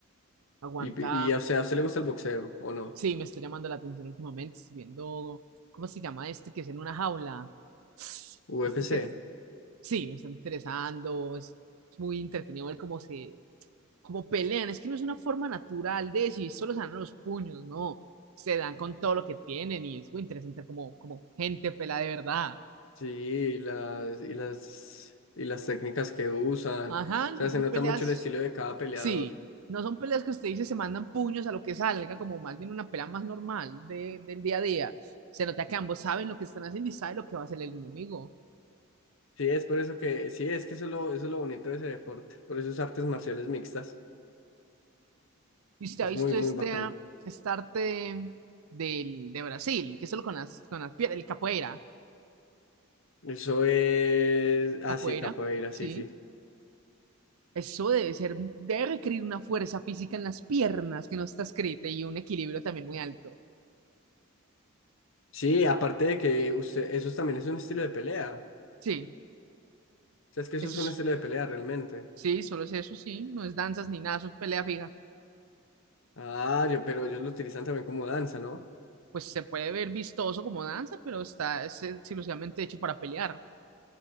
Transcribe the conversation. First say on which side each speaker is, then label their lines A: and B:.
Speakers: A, on the right; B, on the left.
A: Aguanta
B: Y, pi- y o sea, ¿a usted le gusta el boxeo o no?
A: Sí, me está llamando la atención últimamente. Estoy viendo, ¿cómo se llama este que es en una jaula? <sniffs>
B: UFC.
A: Este que es, sí, me está interesando. Es, es muy entretenido ver cómo se, cómo pelean. Es que no es una forma natural de decir, solo se dan los puños, no. Se dan con todo lo que tienen y es muy interesante como, como gente pelea de verdad.
B: Sí, y las, y las, y las técnicas que usan.
A: Ajá, no
B: O sea, se
A: son
B: nota
A: peleas
B: mucho el estilo de cada peleador.
A: Sí, no son peleas que usted dice se mandan puños a lo que salga, como más bien una pelea más normal de, del día a día. Se nota que ambos saben lo que están haciendo y saben lo que va a hacer el enemigo.
B: Sí, es por eso que, sí, es que eso es lo, eso es lo bonito de ese deporte. Por eso es artes marciales mixtas.
A: Y usted
B: Es
A: ha visto
B: muy, muy
A: este,
B: bacano.
A: ah, este arte del, de Brasil, que es solo con las, con las piernas, el capoeira.
B: Eso es, ah,
A: Capoeira,
B: sí, capoeira, sí,
A: sí.
B: sí.
A: Eso debe ser, debe requerir una fuerza física en las piernas que no está escrita y un equilibrio también muy alto.
B: Sí, aparte de que usted, eso también es un estilo de pelea.
A: Sí,
B: O sea, es que eso
A: eso
B: es un
A: es,
B: estilo de pelea realmente.
A: sí, solo es eso, sí. No es danzas ni nada, eso es pelea fija.
B: Ah, yo, pero ellos lo utilizan también como danza, ¿no?
A: pues se puede ver vistoso como danza, pero está es exclusivamente hecho para pelear.